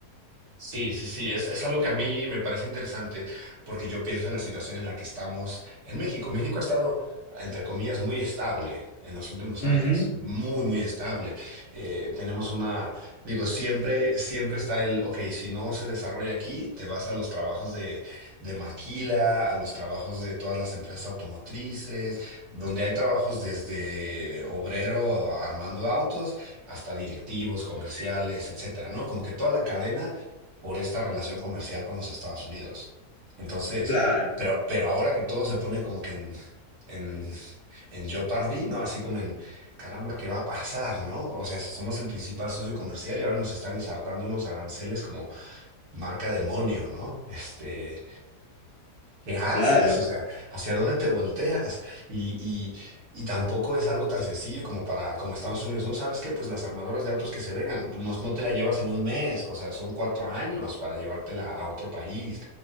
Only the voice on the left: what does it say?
Ujú,
Claro,
claro,